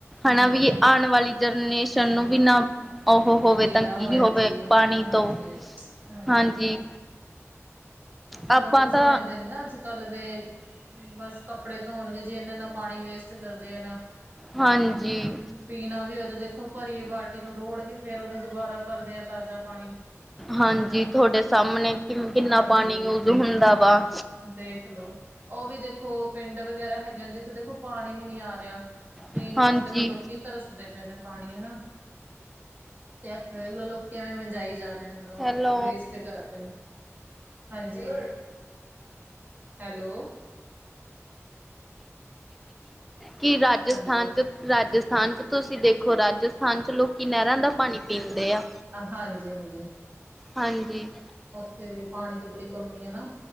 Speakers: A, on the right; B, in the centre.
A: ਹਾਂਜੀ।
B: ਹਨਾ ਵੀ। ਆਣ ਵਾਲੀ ਜਨਰੇਸ਼ਨ ਨੂੰ ਵੀ ਨਾ ਉਹ ਹੋਵੇ ਤੰਗੀ
A: ਨਾ ਹੋਏ
B: ਹੋਵੇ
A: ਜੀ,
B: ਪਾਣੀ
A: ਹਾਂਜੀ,
B: ਤੋਂ
A: ਹਾਂਜੀ-ਹਾਂਜੀ।
B: ਹਾਂਜੀ। ਆਪਾਂ
A: ਲੋਕੀ
B: ਤਾਂ
A: ਸਮਝਦੇ ਨੇ ਨਾ ਅੱਜ। ਕੱਲ ਦੇ ਬਸ ਕੱਪੜੇ ਧੋਣ ਜੇ ਇਨਾ ਇਨਾ ਪਾਣੀ ਵੇਸਟ ਕਰਦੇ ਆ ਨਾ।
B: ਹਾਂਜੀ
A: ਪੀਣਾ ਵੀ ਹੋਏ ਤਾਂ ਦੇਖੋ ਭਰੀ ਬਾਲਟੀ ਬ ਨੂੰ ਰੋੜ ਕੇ ਫ਼ਿਰ ਉਹਨੂੰ ਦੁਬਾਰੇ ਭਰਦੇ ਆ ਤਾਜ਼ਾ ਪਾਣੀ।
B: ਹਾਂਜੀ
A: ਅੱਛਾ,
B: ਤੁਹਾਡੇ ਸਾਹਮਣੇ ਕਿ ਕਿੰਨਾ
A: ਹਾਂਜੀ।
B: ਪਾਣੀ ਯੂਜ ਹੁੰਦਾ ਵਾ।
A: ਦੇਖਲੋ ਉਹ ਵੀ ਦੇਖੋ ਪਿੰਡ ਵਗੈਰਾ ਹੈਗੇ ਜਿੱਥੇ ਦੇਖੋ ਪਾਣੀ ਵੀ ਨੀ ਆ ਰਿਹਾ। ਪੀਣ
B: ਹਾਂਜੀ
A: ਵਾਸਤੇ ਵੀ ਲੋਕੀ ਤਰਸਦੇ ਪਏ ਨੇ ਪਾਣੀ ਹਨਾ। ਤੇ ਐ ਦੇਖਲੋ ਲੋਕੀ ਐਵੇਂ ਵਜਾਈ ਜਾ ਰਹੇ ਨੇ
B: ਹੈਲੋ
A: ਵੇਸਟ ਕਰ ਰਹੇ ਨੇ। ਹਾਂਜੀ ਹੈਲੋ,
B: ਕਿ ਰਾਜਸਥਾਨ
A: ਹਾਂਜੀ
B: ਚ ਰਾਜਸਥਾਨ ਚ ਤੁਸੀਂ ਦੇਖੋ ਰਾਜਸਥਾਨ <unintelligible> ਚ ਲੋਕੀ ਨਹਿਰਾਂ ਦਾ ਪਾਣੀ ਪੀਂਦੇ ਆ
A: ਹਾਂਜੀ ਹਾਂਜੀ
B: ਹਾਂਜੀ।
A: ਉੱਥੇ ਵੀ ਪਾਣੀ ਦੀ ਬੜੀ ਕਮੀ ਐ ਨਾ।